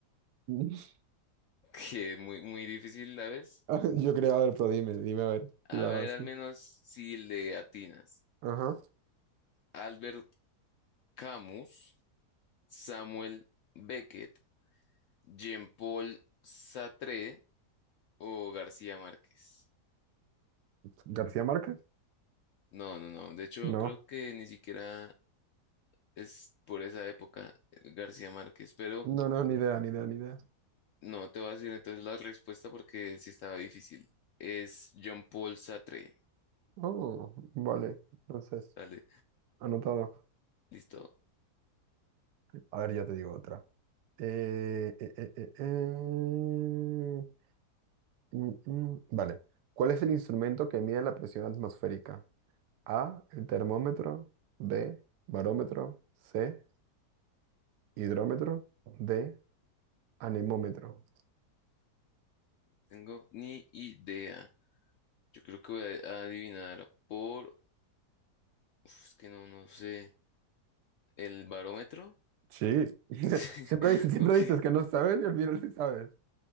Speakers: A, on the right; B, on the left.
A: <laughs>
B: <laughs> Que muy, muy difícil la vez.
A: Ah, Yo creo, a ver, pero dime, dime a ver.
B: A
A: si La,
B: ver,
A: sí.
B: al menos si le atinas.
A: Ajá.
B: Albert Camus, Samuel Beckett, Jean-Paul Sartre o García Márquez.
A: ¿García Márquez?
B: No, no, no. De hecho,
A: No.
B: creo que ni siquiera es por esa época eh, García Márquez, pero
A: No, no, ni idea, ni idea, ni idea.
B: No te voy a decir entonces la respuesta porque sí estaba difícil. Es John paul Sartre.
A: Oh, vale. Entonces,
B: <laughs> Dale,
A: anotado.
B: listo.
A: A ver, ya te digo otra. Eh, eh, eh, eh, eh. Mm, mm, Vale. ¿Cuál es el instrumento que mide la presión atmosférica? A, el termómetro, B, barómetro, C, hidrómetro, D, anemómetro.
B: Tengo ni idea. Yo creo que voy a a adivinar por... Uf, es que no, no sé. ¿El barómetro?
A: Sí. <laughs>
B: <laughs>
A: Siempre, dices- siempre
B: Ok.
A: dices
B: <laughs>
A: que no sabes y al final sí sabes.